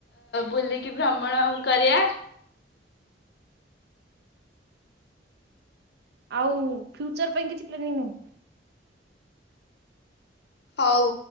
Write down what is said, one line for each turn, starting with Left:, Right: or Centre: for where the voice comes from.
Left: ବୁଲିକି ଭ୍ରମଣ କରିବା।
Right: ଆଉ ଫ୍ୟୁଚର ପାଇଁ କିଛି ପ୍ଲାନିଂ ନାହିଁ।
Left: ହଉ।